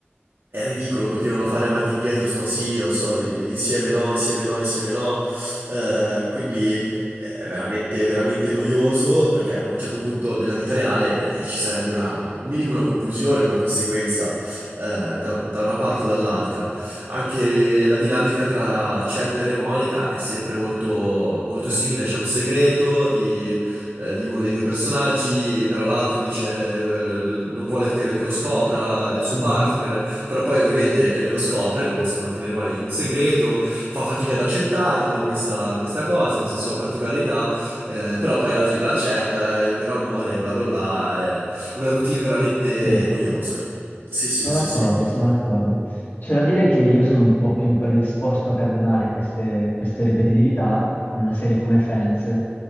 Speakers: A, on the right (about 75°); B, on the left (about 65°).
A: È ridicolo, continuano a fare avanti e indietro, sto sì, io so, insieme no, insieme no, insieme no. Eh, quindi è veramente, veramente noioso perché a un certo punto della vita reale eh, ci sarebbe una, un minimo una conclusione, una conseguenza eh, da, da una parte o dall'altra. Anche la dinamica tra Chandler e Monica è sempre molto, molto simile, c'è un segreto di, eh, di uno dei due personaggi, però l'altro dice eh, non vuole che che lo scopra il suo
B: Mhm.
A: partner però poi ovviamente eh, lo scopre, non riescono a tenere mai un segreto, fa fatica ad accettarlo, questa, questa cosa, questa sua particolarità, eh, però poi alla fine l'accetta, è il vero amore, bla bla bla, è una routine veramente
B: Sì.
A: noiosa. Sì, sì,
B: Sono
A: sì,
B: d'accordo,
A: sì.
B: sono d'accordo. C'è da dire che io sono un po' più predisposto a perdonare queste, queste ripetitività in una serie come Friends,